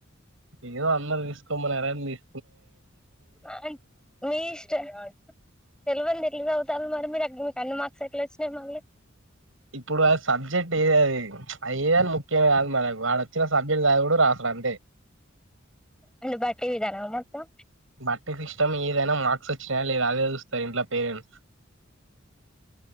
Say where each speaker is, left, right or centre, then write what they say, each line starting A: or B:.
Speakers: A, on the right (about 75°); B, in the centre.
A: ఏదో అందరు తీసుకోమన్నారు మీర్
B: అన్ మీష్ తెలివనిది ఎట్ల చదువుతాన్లు మరి మీరు మీకు అన్ని మార్క్స్ ఎట్లా వచ్చినాయి మళ్ళీ
A: ఇప్పుడు అ సబ్జెక్ట్ ఏది అది అది ఏ అనుము ముఖ్యం కాదు మన వాళ వచ్చిన సబ్జెక్ట్ చదువుడు రాసుడు అంతే
B: అంటే బట్టి విధానమా మొత్తం
A: బట్టి సిస్టమ్ ఏదైనా మార్క్స్ వచ్చినాయా లేదా అదే చూస్తారు ఇంట్లో పేరెంట్స్